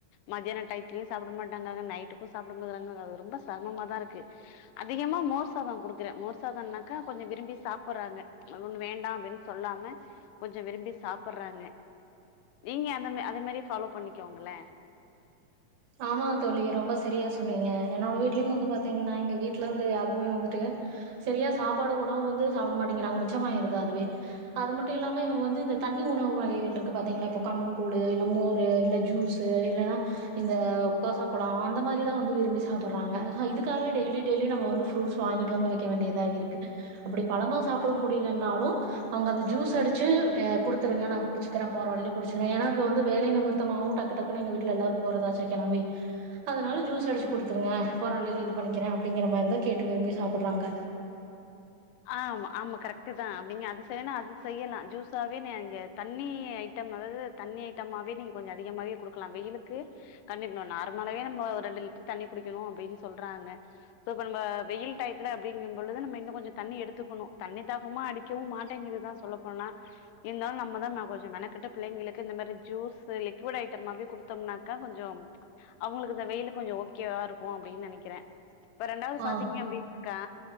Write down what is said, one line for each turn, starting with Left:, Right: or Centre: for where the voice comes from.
Left: மதியான டைத்லயு சாப்பட மாட்டங்க நைட்டுக்கு சாப்பட மாட்டங்கக ரொம்ப செரமமா தா இருக்கு அதிகமா மோர் சாத கொடுக்கறே மோர் சாதம்னாக்கா கொஞ்ச விரும்பி சாப்புடுறாங்க அவுங்க வேண்டா அப்டின்னு சொல்லாம கொஞ்ச விரும்பி சாப்பறாங்க நீங்க அந்த அதே மாரி ப பாலோ பண்ணிக்கோங்களே
Right: ஆமா தோழி ரொம்ப சரியா சொன்னீங்க என்னோட வீட்லயு வந்து பாத்தீங்கன்னா எங்க வீட்டுல இருக்க யாருக்குமே வந்துட்டு சரியா சாப்பாடு உணவு வந்து சாப்பிட மாட்டேங்கிறாங்க மிச்சமாயிருது அதுவே அது மட்டும் இல்லாம இவங்க வந்து இந்த தண்ணி உணவு வகைகள் இருக்கு பாத்தீங்கன்னா இப்போ கம்பம் கூலு இல்ல மோரு இல்ல ஜூஸ்சு இல்லன்னா- இந்த கோசாப்பழ அந்த மாரிதா வந்து விரும்பி சாப்பிட்றாங்கஸோ இதுக்காகவே டெய்லி டெய்லி நம்ம வந்து ஃப்ரட்ஸ் வாங்கிட்டு வந்து வைக்க வேண்டியதா இருக்குது அப்டி பழமாக சாபட முடியிலனாலு அவங்க அத ஜூஸ் அடிச்சு குடுத்துருங்க நா குடிச்சுக்கிறே போற வழியில குடிச்சிறே ஏன்னா இப்போ வந்து வேலை நிமித்தமாகவு டக்கு டக்குன்னு எங்க வீட்டில எல்லோரு போறதாச்சா கெளம்பி அதனால ஜூஸ் அடிச்சு குடுத்துருங்க போற வழியில இது பண்ணிக்கிறே அப்டிங்கிற மாரிதா கேட்டு விரும்பி சாப்புறாங்க
Left: ஆ ஆமா கரெக்ட் தா அப்படிங்க அது சரி நா அது செய்யலா ஜூஸாவே இங்க தண்ணி ஐட்டம் அதாவது தண்ணி ஐட்டமாவே நீங்க கொஞ்சம் அதிகமாவே குடுக்கலா வெயிலுக்கு கண்டிப்பணு நார்மலாவே நம்ம ஒரு ரெண்டு லிட்டர் தண்ணி குடிக்கணு அப்டின்னு சொல்றாங்க சோ இப்ப நம்ம வெயில் டய்த்துல அப்படிங்கு பொழுது நம்ம இன்னு கொஞ்ச தண்ணி எடுத்துக்கணு தண்ணி தாகமா அடிக்கவு மாட்டேங்கதுதா சொல்லப்போனா இருந்தாலு நம்மதா கொஞ்ச மெனக்கட்டு பிள்ளைங்களுக்கு இந்த மாரி ஜூஷு லிக்விட் ஐட்டம்மாவே குடுத்தோம்னாக்க கொஞ்சம் அவங்களுக்கு இந்த வெயில கொஞ்ச ஓகேவா இருக்கு அப்டின்னு நினைக்கிறே இப்ப ரெண்டாவது
Right: ஆ
Left: பாத்தீங்க அப்படின்னா க்கா